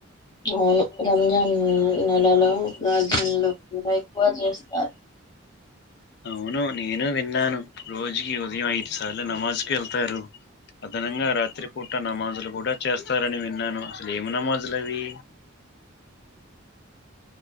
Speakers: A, on the left (about 20°); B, on the left (about 55°).
A: అవును రంజాన్ న్ నెలలో ప్రార్థనలు కూడా ఎక్కువ చేస్తారు.
B: అవును నేను విన్నాను రోజుకి ఉదయం ఐదు సార్లు నమాజ్ కేళ్తారు. అదనంగా రాత్రి పూట నమాజ్లు కూడా చేస్తారని విన్నాను అసలు ఏం నమాజ్లు అవి